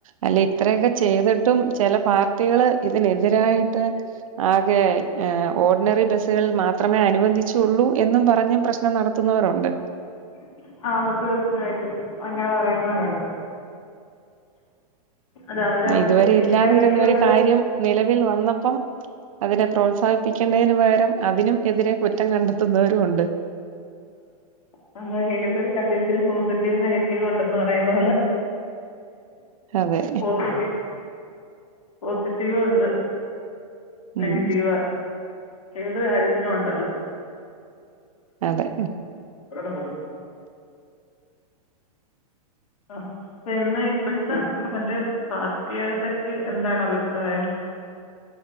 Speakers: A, on the right; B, on the left.
A: അല്ല ഇത്രയൊക്കെ ചെയ്തിട്ടും ചില പാർട്ടികള് ഇതിനെതിരായിട്ട് ആകെ ഓർഡിനറി ബസ്സുകളിൽ മാ ത്രമേ അനുവദിച്ചുള്ളൂ എന്നും പറഞ്ഞും പ്രശ്നം നടത്തുന്നവരൊണ്ട്
B: <inaudible> ആന്ന് തീർച്ചയായിട്ടും അങ്ങനെ പറയുന്നവരുണ്ട് അത് അവരവർക്ക്
A: ന്നേ ഇതുവരെ
B: ജയിക്കാൻ
A: ഇല്ലാതിരുന്ന
B: വേണ്ടിയുള്ളൊരു
A: ഒരു കാര്യം നിലവിൽ വന്നപ്പം അതിനെ പ്രോത്സാഹിപ്പിക്കേണ്ടതിന് പകരം അതിനും എതിരെ കുറ്റം കണ്ടെത്തുന്നവരു ഒണ്ട്
B: <inaudible> അതാ ഏതൊരു കാര്യത്തിലും പോസിറ്റീവ് നെഗറ്റീവ് ഉണ്ടന്ന് പറയുന്ന പോലെ
A: അതെ
B: പോസിറ്റീവ് പോസിറ്റീവ് ഒണ്ട്
A: ഉം
B: നെഗറ്റീവ് ഏത് കാര്യത്തിനും ഒണ്ടല്ലോ
A: അതെ
B: <unintelligible> ആ പിന്നെ ഇപ്പോഴത്തെ മറ്റേ പാർട്ടിയെ പറ്റി എന്താണ് അഭിപ്രായം <inaudible>